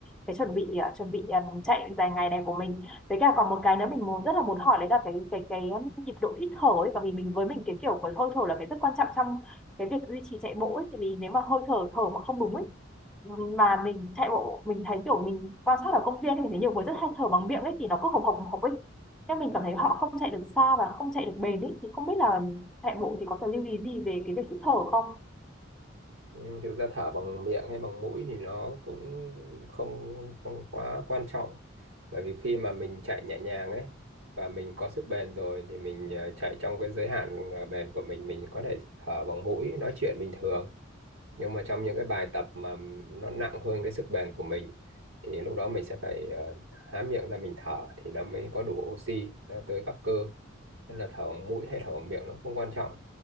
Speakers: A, in the centre; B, on the right.
A: cái chuẩn bị ờ, chuẩn bị ờ, chạy dài ngày này của mình với cả còn một cái nữa mình muốn rất là muốn hỏi đấy là cái cái cái um, nhịp độ hít thở ấy bởi vì mình với mình cái kiểu của hơi thở là cái rất quan trọng trong cái việc duy trì chạy bộ ấy tại vì nếu mà hơi thở thở mà không đúng ấy mà mình chạy bộ mình thấy kiểu mình quan sát ở công viên mình thấy nhiều người rất hay thở bằng miệng ấy thì nó cứ hồng hộc hồng hộc ấy nhưng mình cảm thấy họ không chạy được xa và không chạy được bền ấy thì không biết là chạy bộ thì có cần lưu ý gì về cái việc hít thở không
B: Ừ, thực ra thở bằng miệng hay bằng mũi thì nó cũng không không quá quan trọng bởi vì khi mà mình chạy nhẹ nhàng ấy và mình có sức bền rồi thì mình ờ, chạy trong cái giới hạn ờ, bền của mình mình có thể thở bằng mũi nói chuyện bình thường nhưng mà trong những cái bài tập mà nó nặng hơn cái sức bền của mình thì lúc đó mình sẽ phải ờ, há miệng ra mình thở thì nó mới có đủ oxy nó tới các cơ nên là thở bằng mũi hay thở bằng miệng nó không quan trọng